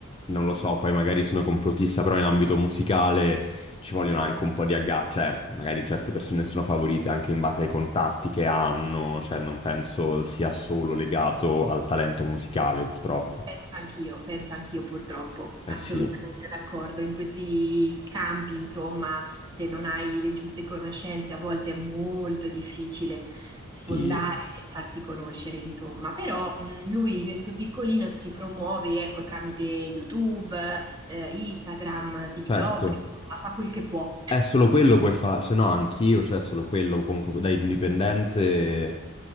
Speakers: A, on the left; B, on the right.
A: non lo so, poi magari sono complottista, però in ambito musicale ci vogliono anche un po' di agga, cioè magari certe persone sono favorite anche in base ai contatti che hanno, cioè non penso sia solo legato al talento musicale, purtroppo.
B: Penso anch'io, penso anch'io purtroppo,
A: Eh
B: assolutamente
A: sì,
B: d'accordo. In questi campi, insomma, se non hai le giuste conoscenze, a volte è molto difficile sfondare
A: sì,
B: e farsi conoscere, insomma. Però mh, lui nel suo piccolino si promuove, ecco, tramite YouTube, eh, Instagram, TikTok,
A: certo.
B: insomma, fa quel che può.
A: È solo quello puoi fare, cioè no, anch'io, cioè solo quello comunque da indipendente,